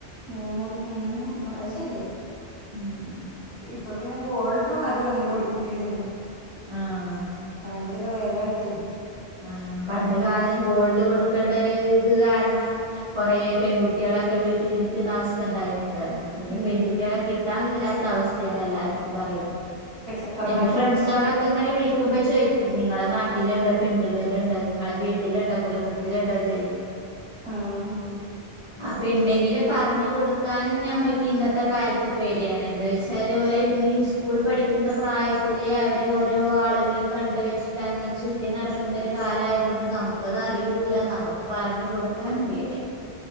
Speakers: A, on the left; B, on the right.
A: മൂൻ ഉം മൂന്ന് അത് ശരിയാ
B: ഉം
A: ഇപ്പൊ പിന്നെ ഗോൾഡും ആരും അങ്ങനെ കൊടുക്കുന്നില്ലല്ലോ
B: ആഹ്
A: ഭയങ്കര വെലായിട്ടെ
B: ആഹ് പണ്ട് കാലം ഗോൾഡ് കൊടുക്കണ്ട ഈ ഇത് കാരണം കൊറേ പെൺകുട്ട്യാളൊക്കെ വീട്ടിലിരിക്കുന്ന അവസ് സ്ഥ ഇണ്ടായിട്ട്ണ്ടല്ലോ ഇന്ന്
A: ഉം
B: പെൺകുട്ടികളെ കിട്ടാനില്ലാത്ത അവസ്ഥയാണ് എല്ലാര്ക്കും പറയ്ന്നെ
A: ഇപ്പൊ ചെക്കന്മാർക്കൊന്നും
B: എന്റെ ഫ്രണ്ട്സാളൊക്കെ ഇങ്ങനെ വിളിക്കുമ്പോ ചോ നിങ്ങളെ നാട്ടില്ണ്ടാ പെൺ പിള്ളേരുണ്ടോ നിങ്ങളെ വീട്ടില്ണ്ടാ കുടുംബത്തില്ണ്ടോ ചോയി
A: ആഹ് ആഹ്
B: അപ്പൊ ഇണ്ടെങ്കിലും പറഞ്ഞു കൊടുക്കാൻ ഞമ്മൾക്ക് ഇന്നത്തെ കാലത്ത് പേടിയാണ് എന്ത് വെച്ചാലും എ ഈ സ്കൂള് പഠി ക്കുന്ന പ്രായത്തിലെ അവര് ഓ രോ ആളുകളിം കണ്ട് വെച്ചിട്ട് അങ്ങനെ ചുറ്റി നടക്കുന്നൊരു കാലായതുകൊണ്ട് നമുക്കത് അറിയൂല്ലാ നമക്ക് പറഞ്ഞു കൊടുക്കാനും പേടിയാണ്